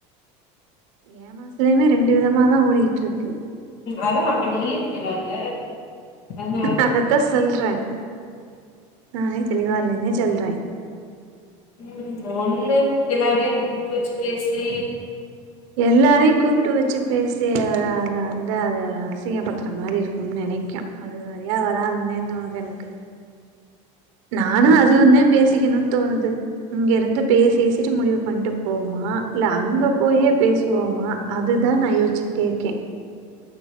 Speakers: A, on the right; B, on the left.
A: ஏ மான்சலயுமே ரெண்டு விதமாதான் ஓடிக்கிட்டு இருக்கு
B: அதான் அப்ப நீயே தெளிவா இல்ல அதனால
A: அதத்தான் சொல்றேன் நானே தெளிவால்ல தான் சொல்றேன்
B: உம் ஒண்ணு எல்லாரையும் கூப்பிட்டு வச்சு பேசி
A: எல்லாரையும் கூப்பிட்டு வச்சு பேசி அத அத அந்த அதை அசிங்கப்படுத்துற மாதிரி இருக்கும்னு நினைக்கும் அது சரியா வராதுந்தே தோணுது எனக்கு நானா அது வந்தான் பேசிக்கணும்னு தோணுது இங்க இருந்து பேசி வசிட்டு முடிவு பண்ணிட்டு போவமா இல்ல அங்க போயே பேசுவோமா அதுதான் நான் யோச்சுக்டே இக்கேன்